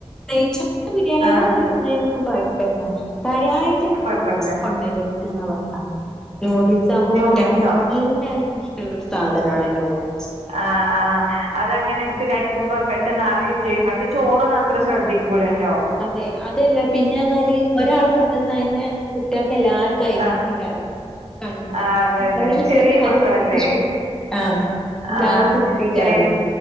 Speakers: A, in the centre; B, on the right (about 75°).
A: നെയ്ച്ചോറ് ബിരിയാണി
B: ആഹ്
A: അത് കൊണ്ടൊരും പിന്നെ അയ്നൊന്നു കൊയപ്പല്ല. കാര്യായിട്ട് നൂഡിൽസ്
B: കൊഴപ്പല്ല
A: കൊണ്ടരും <unintelligible> നൂഡിൽസാ കുമ്പോ
B: ന്യൂഡിൽസോ
A: കുട്ട്യാക്ക് എല്ലാർക്കും ഇഷ്ടള്ളൊരു സാധനനാണ് നൂഡിൽസ്.
B: ആ ആ അത് അങ്ങനെ എടുത്ത് കഴിക്കുമ്പോ പെട്ടെന്ന് അറിയും ചെയ്യും മറ്റേ ചോറന്ന് അത്ര ശ്രദ്ധി കൂലല്ലോ.
A: അതെ അതല്ല പിന്നെർന്നാല് ഒരാള് കൊണ്ടന്നയന്നേ കുട്ട്യാൾക്ക് എല്ലാ ക്കയിമെക്കേക്കാരം
B: ആഹ്
A: കണ്ണ്
B: ആഹ് അതന്നെ
A: <unintelligible> <unintelligible>
B: ചെറിയ മക്കളല്ലേ
A: ആഹ്‌ എല്ലാർക്കും
B: ആഹ്
A: ഇഷ്ടയ്ക്കാരെ
B: ചെറിയ